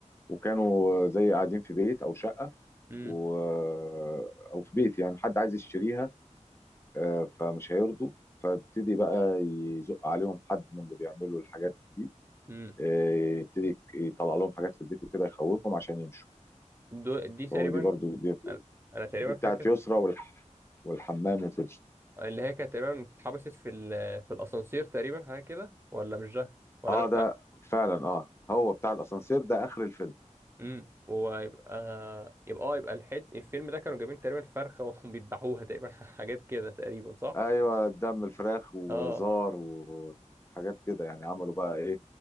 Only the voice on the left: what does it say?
وكانوا زي قاعدين في بيت او شقه
و... آه، او في بيت يعني حد عايز يشتريها آه، فمش هيرضوا فابتدي بقى يزق عليهم حد من اللي بيعملوا الحاجات دي
آه، يبتدي يطلع لهم حاجات في البيت وكده يخوفهم عشان يمشوا
هو دي برضو دي,
دي بتاعت
يسرى والح... والحمام وكده
اه
ده فعلا اه هو بتاع الاسانسير ده اخر الفيلم
ايوه دم الفراخ وزار
وحاجات كده يعني عملوا بقى ايه